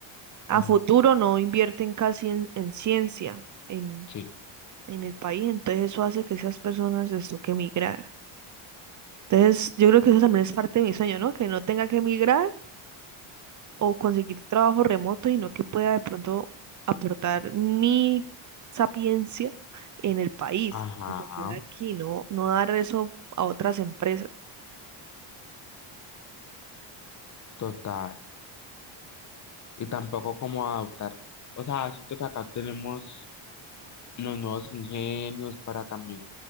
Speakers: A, on the left; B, on the right.
A: ajá,
B: a futuro no invierten casi en, en ciencia en,
A: sí,
B: en el país, entonces eso hace que esas personas les toque emigrar. Entonces yo creo que eso también es parte de mi sueño, ¿no? Que no tenga que emigrar o conseguir trabajo remoto, sino que pueda de pronto aportar mi sapiencia en el país.
A: ajá,
B: Y se queda aquí, no, no dar eso a otras empresas.
A: total. Y tampoco como adaptar. O sea, siento que acá tenemos los nuevos ingenios para también